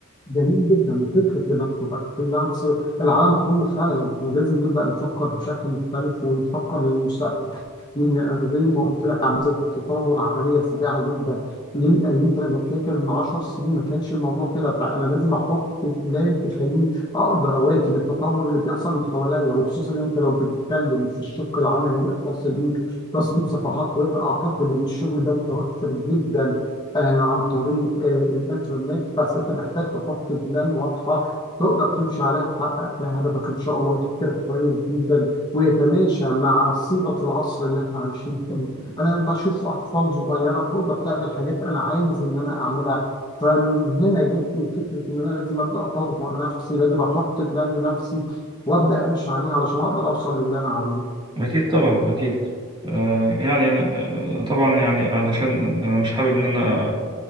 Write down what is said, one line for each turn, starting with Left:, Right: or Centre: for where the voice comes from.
Left: جميل جدا وفكرة انك تبقى فريلانسر العالم كله فعلا احنا لازم نبدأ نفكر بشكل مختلف ونفكر للمستقبل لأن زي ما قلت لك عملية التطور عملية سريعة جدا يم- يمكن انا فاكر من 10 سنين ما كانش الموضوع كده فانا لازم احط بلان تخليني اقدر اواكب التطور اللي بيحصل من حواليا وخصوصا انت لو بتتكلم في الشق العملي الخاص بيك تصميم صفحات ويب اعتقد ان الشغل ده متوفر جدا آه، عن طريق آه، الإنترنت بس أنت محتاج تحط بلان واضحة تقدر تمشي عليها تحقق فيها هدفك إن شاء الله وتفكيرك كويس جدا ويتماشى مع صيغة العصر اللي إحنا عايشين فيه أنا بشوف أطفال صغيرة تقدر تعمل حاجات أنا عايز إن أنا أعملها فمن هنا جت لي فكرة إن أنا لازم أبدأ أطور نفسي لازم أحط بلان لنفسي وأبدأ أمشي عليها علشان أقدر أوصل للي أنا عاوزه
Right: أكيد طبعا أكيد آه، يعني آه، آه، طبعا يعني علشان أنا مش حابب إن أنا